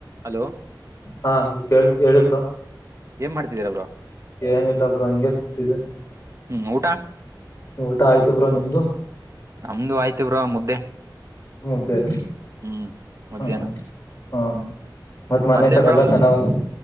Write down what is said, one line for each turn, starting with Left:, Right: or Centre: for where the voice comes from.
Right: Hello
Left: ಹಾ ಕೇಳ್ಸ್ತಾದೆ ಹೇಳಿ ಬ್ರೋ
Right: ಏನ್ ಮಾಡ್ತಿದರ ಬ್ರೋ
Left: ಏನಿಲ್ಲ ಬ್ರೋ ಹಂಗೆ ಕೂತಿದ್ದೆ
Right: ಹ್ಮ್ ಊಟಾ
Left: ಊಟ ಆಯ್ತ ಬ್ರೋ ನಿಮ್ದು
Right: ನಮ್ದು ಆಯ್ತು ಬ್ರೋ ಮುದ್ದೆ
Left: ಮುದ್ದೆ
Right: ಹ್ಮ್ ಮಧ್ಯಾಹ್ನ
Left: ಹ ಹ್ಮ ಮತ್ತ್ ಮನೆ
Right: ಮತ್ತೇನ್
Left: ಕಡೆ
Right: ಬ್ರೋ
Left: ಎಲ್ಲ ಚೆನ್ನಾಗವ್ರ